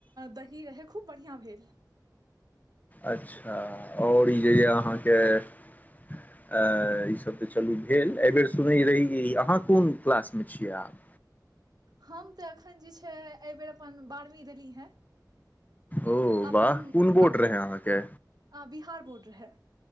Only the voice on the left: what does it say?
अच्छा आओर यह ई अहाँके अ ईसभ तऽ चलू भेल एहिबेर सुनैत रही अहाँ कोन क्लास मे छियै आब
ओ वाह
कोन बोड
रहे अहाँके